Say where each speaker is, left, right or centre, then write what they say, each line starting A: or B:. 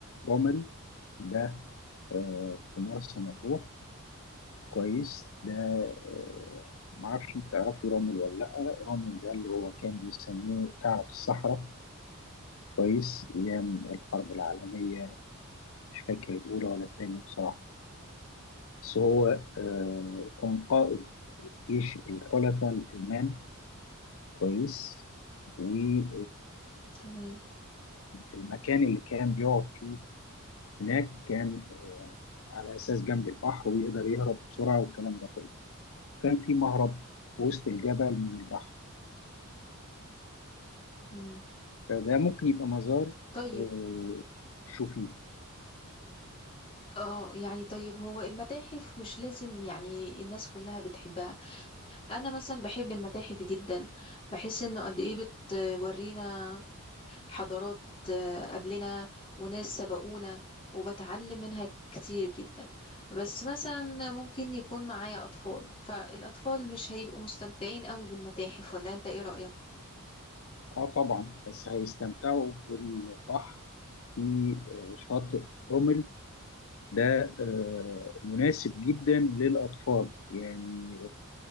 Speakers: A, on the left; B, on the left.
A: قمري ده آه، في مرسى مطروح كويس ده آه، معرفش انت تعرفي رامل ولا لأ رامل ده اللي هو كان بيسموه ثعلب الصحراء كويس أيام الحرب العالمية مش فاكر الأولى ولا التانية بصراحة بس هو آه، كان قائد جيش الحلفاء الألمان كويس وليه
B: تمام
A: المكان اللي كان بيقعد فيه هناك كان على اساس جنب البحر ويقدر يهرب بسرعه والكلام ده كله كان في مهرب في وسط الجبل من البحر
B: مم.
A: فده ممكن يبقى مزار
B: طيب
A: آه، شوفيه
B: اه يعني طيب هو المتاحف مش لازم يعني الناس كلها بتحبها انا مثلا بحب المتاحف جدا بحس انه قد ايه بتورينا حضارات آه، قبلنا وناس سبقونا وبتعلم منها كتير جدا بس مثلا ممكن يكون معايا اطفال فالاطفال مش هيبقوا مستمتعين قوي بالمتاحف ولا انت ايه رأيك
A: اه طبعا بس هيستمتعوا بالبحر في آه، شاطئ رمل ده آه، مناسب جدا للاطفال يعني